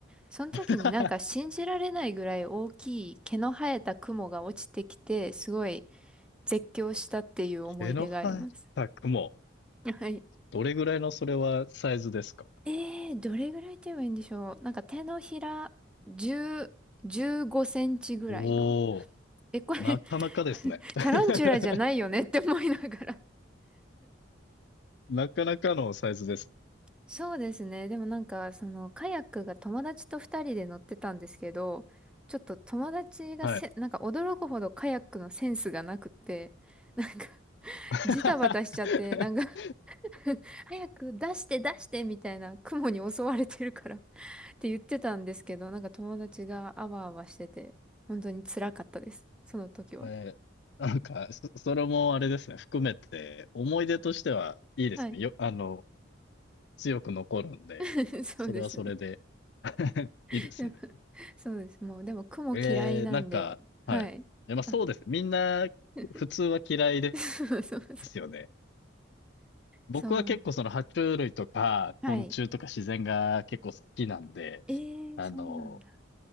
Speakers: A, in the centre; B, on the left.
A: その時になんか信じられないぐらい大きい毛の生えた雲が落ちてきて、
B: <laughs>
A: すごい絶叫したっていう思い出があります。
B: 毛の生えた雲。
A: はい。
B: どれぐらいのそれはサイズですか
A: えー、どれぐらいと言えばいいんでしょう。なんか手のひら10、15センチぐらいの。
B: おー、
A: え、これ
B: なかなかですね。<laughs>
A: タランチュラじゃないよねって思いながら。
B: なかなかのサイズです。
A: そうですね。でもなんか、その、カヤックが友達と二人で乗ってたんですけど、ちょっと友達がせ、
B: はい。
A: なんか驚くほどカヤックのセンスがなくって、なんか、
B: <laughs>
A: ジタバタしちゃって、なんか <laughs> 早く出して出してみたいな、雲に襲われてるから <laughs> って言ってたんですけど、なんか友達があわあわしてて、本当に辛かったです。その時は。
B: えーなんか、そ、それもあれですね、含めて、思い出としてはいいですね。
A: はい。
B: よ、あの、強く残るんで、
A: <laughs> そうですね。
B: それはそれで <laughs> いいですね。
A: <laughs> そうです。もう、でも雲嫌いなんで、
B: えー、なんか、
A: はい。
B: はい。え、まあそうですね。
A: あ
B: みんな、
A: <laughs>、
B: 普通は嫌いで
A: そうそうそう。
B: すよね。僕は結構その爬虫類とか昆虫とか自然が結構好きなんで、
A: そう。はい。えー、
B: あの、
A: そうなんだ。